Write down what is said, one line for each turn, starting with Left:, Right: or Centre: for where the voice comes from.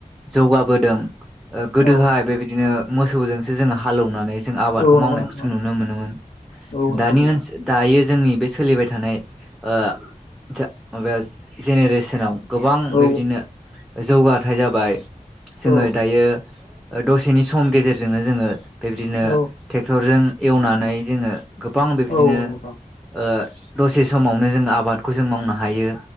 Centre: जौगाबोदों। ओ गोदोहाय
Left: औ
Centre: बेबादिनो मोसौजोंसो जोङो हालौवनानै जों आबादखौ
Left: औ
Centre: मावनायखौ
Left: नंगौ नोंथां
Centre: जों नुनो मोनोमोन
Left: औ नंगौ
Centre: दानि
Left: नोंथां
Centre: ओनसोल दायो जोंनि बे सोलिबाय थानाय ओ जो बा जेनेरेसनाव गोबां
Left: औ
Centre: बेबादिनो जौगाथाय जाबाय जोङो
Left: औ
Centre: दायो। ओ दसेनि सम गेजेरजोंनो जोङो बेबादिनो
Left: औ
Centre: टेक्टरजों एवनानै जोङो गोबां बिदिनो
Left: औ औ नंगौ नोंथां
Centre: ओ दसे समावनो जोंङो आबादखौ जों मावनो हायो।